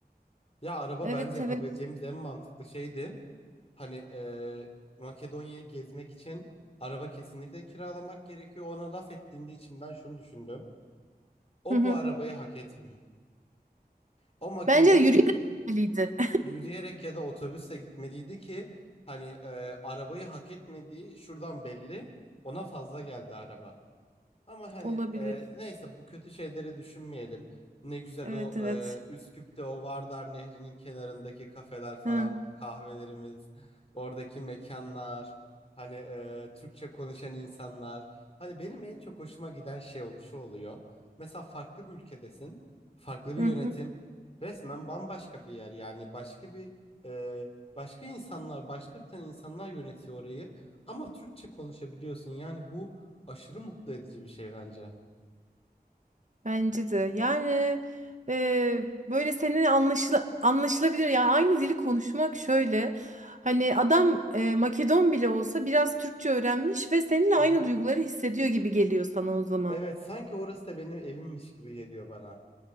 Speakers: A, on the left; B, on the right.
A: Ya araba
B: Evet
A: bence yapabileceğimiz
B: evet.
A: en mantıklı şeydi. Hani eee, Makedonya'yı gezmek için araba kesinlikle kiralamak gerekiyor. Ona laf ettiğinde içimden şunu düşündüm. O
B: Hı hı.
A: bu arabayı hak etmiyor. O Makedonya
B: Bence de yürüyerek gitmeliydi.
A: Yürüyerek ya da otobüsle gitmeliydi ki hani e, arabayı hak etmediği şuradan belli. Ona fazla geldi araba. Ama hani
B: <laughs> Olabilir.
A: e, neyse bu kötü şeyleri düşünmeyelim. Ne güzel
B: Evet
A: o
B: evet.
A: e, Üsküp'te o Vardar Nehri'nin kenarındaki kafeler falan
B: Ha.
A: kahvelerimiz, oradaki mekanlar, hani e, Türkçe konuşan insanlar. Hani benim en çok hoşuma giden şey ol- şu oluyor. Mesela farklı bir ülkedesin, farklı bir
B: Hı
A: yönetim,
B: hı.
A: resmen bambaşka bir yer yani başka bir e, başka insanlar, başka ırktan insanlar yönetiyor orayı ama Türkçe konuşabiliyorsun. Yani bu aşırı mutlu edici bir şey bence.
B: Bence de. Yani e, böyle senin anlaşıla, anlaşılabilir. Yani aynı dili konuşmak şöyle. Hani adam e, Makedon bile olsa biraz Türkçe öğrenmiş ve seninle
A: Hı
B: aynı
A: hı.
B: duyguları hissediyor gibi geliyor sana o zaman.
A: Evet, sanki orası da benim evimmiş gibi geliyor bana.